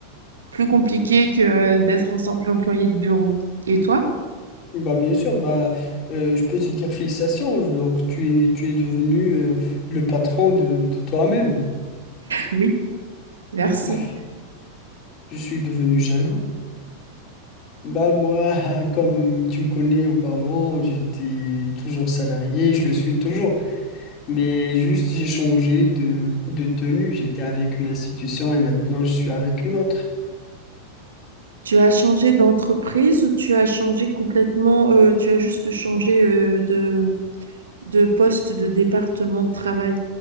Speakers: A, on the right; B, on the left.
A: plus compliqué que euh, d'être en simple employé de bureau. Et toi?
B: Bah bien sûr, bah euh, je peux te dire félicitations, donc tu es tu es devenu euh, le patron de, de toi-même.
A: Oui, merci.
B: Bah, je suis devenu jaloux. Bah moi, <laughs> comme tu me connais auparavant, j'étais toujours salarié, je le suis toujours. Mais juste j'ai changé de, de tenue. J'étais avec une institution et maintenant je suis avec une autre.
A: Tu as changé d'entreprise ou tu as changé complètement, euh, tu as juste changé euh, de, de poste, de département de travail?